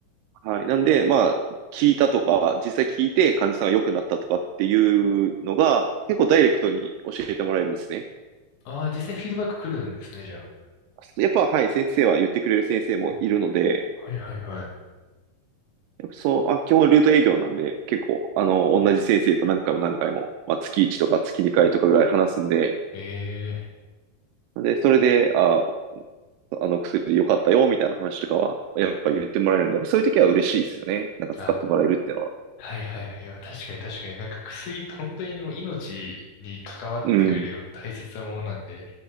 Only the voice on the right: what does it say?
はい。なんで、まあ、聞いたとか、実際聞いて患者さんが良くなったとかっていうのが、結構ダイレクトに教えてもらえるんですね。
やっぱ、はい、先生は言ってくれる先生もいるので、
やっぱそう、あ、基本ルート営業なんで、結構、あの、同じ先生と何回も何回も、まあ、月1とか月2回とかぐらい話すんで、
で、それで、あ、あの薬良かったよ、みたいな話とかは、やっぱ言ってもらえるんで、やっぱそういう時は嬉しいですよね。なんか使ってもらえるっていうのは。
うん。